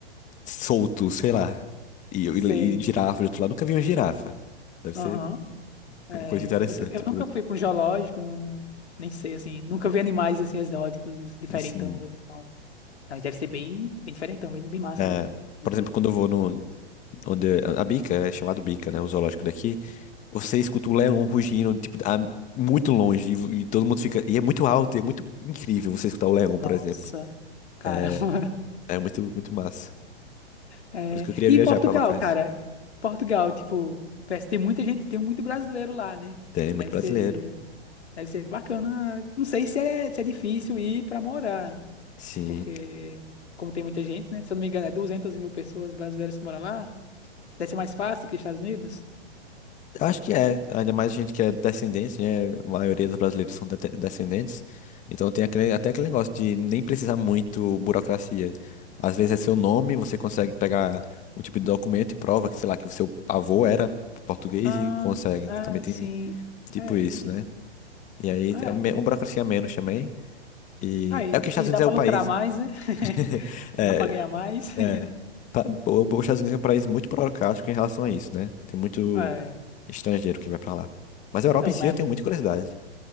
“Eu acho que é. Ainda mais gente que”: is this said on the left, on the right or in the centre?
Left